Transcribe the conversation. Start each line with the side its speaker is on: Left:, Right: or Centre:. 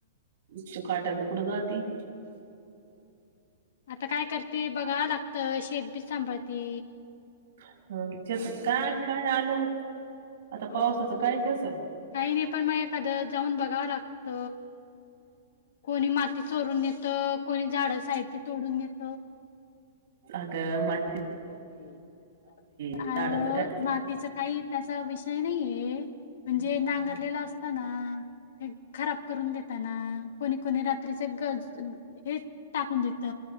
Right: ईचू काट्याचं कुड जाती.
Left: आता काय करते बघा लागतं. शेत बी सांभाळती.
Right: हा त्यात काय काय आलं आता
Left: काही
Right: पावसाचं नसल
Left: नाही. पण मग एखादं जाऊन बघावं लागत. कोणी माती चोरून नेत. कोणी झाड साईडची तोडून नेत.
Right: आग माती
Left: हो की.
Right: झाडाचं
Left: आओ,
Right: काय
Left: मातीचा काही त्याचा विषय नाहीये. म्हणजे नांगरलेल असताना. ते खराब करून देताना. कोणी कोणी रात्रीच गज हे टाकून देत.